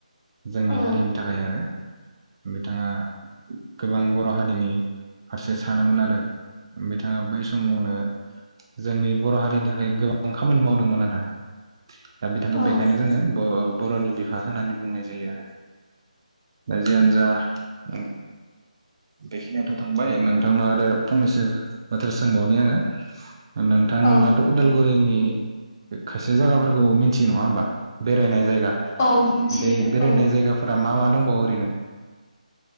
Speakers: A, on the right; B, on the left.
A: जोंनि
B: औ
A: हारिनि थाखाय आरो। बिथाङा गोबां बर' हारिनि फारसे सानोमोन आरो बिथाङा बै समवनो जोंनि बर' हारिनि थाखाय गोबां खामानि मावदोंमोन आरो। ओ बिथांखौ
B: औ
A: बेखायनो जोङो ब' बर'नि बिफा होननानै बुंनाय जायो आरो। दा जियानोजा औ बेखिनियाथ' थांबाय नोंथांनाव आरो फंनैसो बाथ्रा सोंबावनि आङो ओ नोंथाङाथ'
B: औ
A: उदालगुरिनि ए बे खायसे जागाफोरखौ मिनथियो नङा होम्बा बे होनाय जायगा
B: औ मिथियो
A: बे बेरायनाय
B: औ
A: जायगाफोरा मा मा? दंबावो ओरैनो